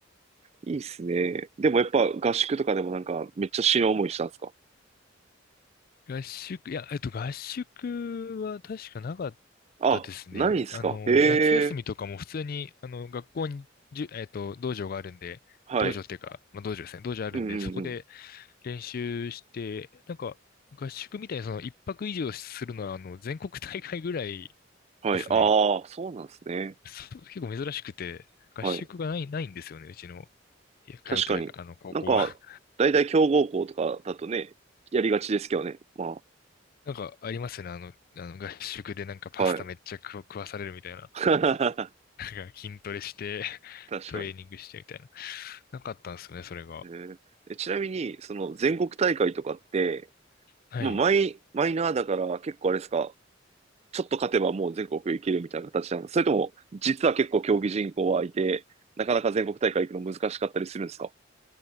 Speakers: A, on the right (about 35°); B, on the left (about 50°).
A: いいっすね。でもやっぱ合宿とかでもなんかめっちゃ死ぬ思いしたんですか
B: 合宿、いや、えっと、合宿は確かなかったですね。
A: あ、ないんすかへ
B: あの、夏休みとかも普通に、
A: え、
B: あの、学校に、じゅ、えっと、道場があるんで、
A: はい。
B: 道場っていうか、まあ、道場ですね。道場あるんで、
A: うんうんうん。
B: そこで、練習して、なんか合宿みたいにその一泊以上するのはあの全国大会ぐらい
A: はい。
B: ですね。
A: ああ、そうなんですね。
B: そう結構珍しくて、合宿がない、
A: はい。
B: ないんですよね、うちの、いや通ってたあの高校は。
A: 確かに。なんか、大体強豪校とかだとね、やりがちですけどね。ま
B: <laughs> なんかありますよね、あの、あの合宿でなんかパスタめっちゃ食わ食わされるみたいな。
A: あ、はい。<laughs>
B: <laughs> なんか筋トレして、<laughs>
A: 確かに。
B: トレーニングしてみたいな。なかったんですよね、それが。
A: えーえちなみに、その全国大会とかって、
B: はい。
A: もうマイ、マイナーだから結構あれですか、ちょっと勝てばもう全国行けるみたいな形なんですかそれとも、実は結構競技人口はいて、なかなか全国大会行くの難しかったりするんですか